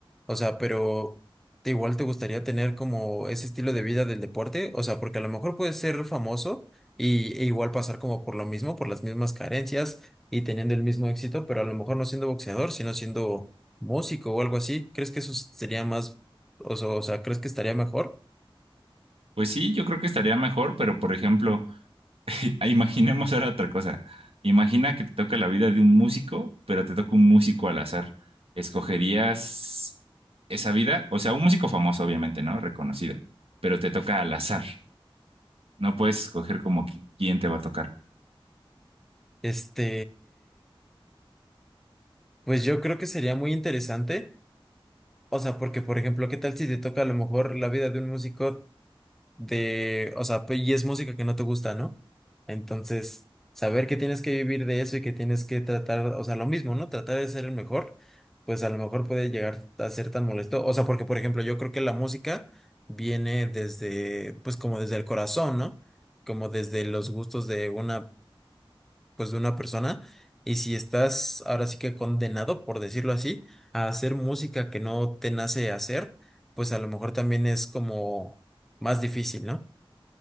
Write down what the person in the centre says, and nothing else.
O sea, pero ¿te igual te gustaría tener como ese estilo de vida del deporte? O sea, porque a lo mejor puedes ser famoso y, e igual pasar como por lo mismo, por las mismas carencias y teniendo el mismo éxito, pero a lo mejor no siendo boxeador, sino siendo músico o algo así. ¿Crees que eso sería más, o sea, o sea, ¿crees que estaría mejor?
Este, pues yo creo que sería muy interesante. O sea, porque, por ejemplo, ¿qué tal si te toca a lo mejor la vida de un músico de, o sea, pe- y es música que no te gusta, ¿no? Entonces, saber que tienes que vivir de eso y que tienes que tratar, o sea, lo mismo, ¿no? Tratar de ser el mejor, pues a lo mejor puede llegar a ser tan molesto. O sea, porque, por ejemplo, yo creo que la música viene desde, pues como desde el corazón, ¿no? Como desde los gustos de una pues de una persona y si estás ahora sí que condenado, por decirlo así, a hacer música que no te nace hacer, pues a lo mejor también es como más difícil, ¿no?